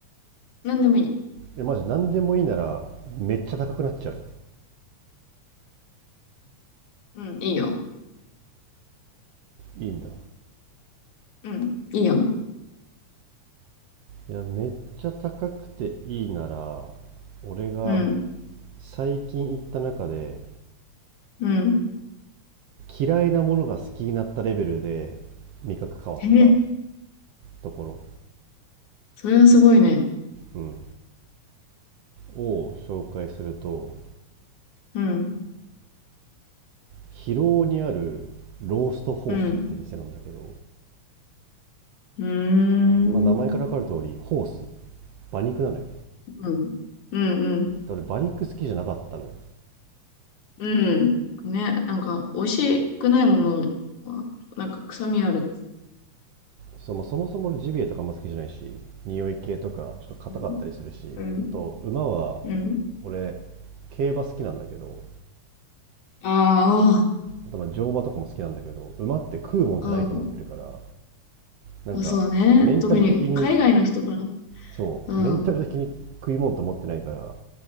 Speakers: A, on the left (about 70°); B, on the right (about 65°).
A: なんでもいい。
B: えマジ何でもいいならめっちゃ高くなっちゃうよ
A: うん、いいよ。
B: いいんだ
A: うん、いいよ。
B: いやめっちゃ高くていいなら俺が
A: うん、
B: 最近行った中で
A: うん。
B: 嫌いなものが好きになったレベルで味覚変わった
A: えー、
B: ところ、
A: それはすごいね。
B: うん、を紹介すると
A: うん、
B: 広尾にあるローストホースって店なんだけど、
A: うん、うーん、
B: まあ、名前から分かる通りホース馬肉なのよ
A: うん、うん、うん、
B: 俺馬肉好きじゃなかったのよ
A: うん。ね、なんか、美味しくないものは、なんか臭みある。
B: そまあ、そもそもジビエとかあんま好きじゃないし匂い系とかちょっと硬かったりするしあと馬は
A: うん、うん、うん。
B: 俺競馬好きなんだけど
A: あ
B: あとまあ乗馬とかも好きなんだけど馬って食うもんじゃないと思ってるから
A: あ、うん。
B: なんかメンタル的に
A: まあそうね。特に、海外の人から。
B: そうメンタル的に食い物と思ってないから
A: うん、うん、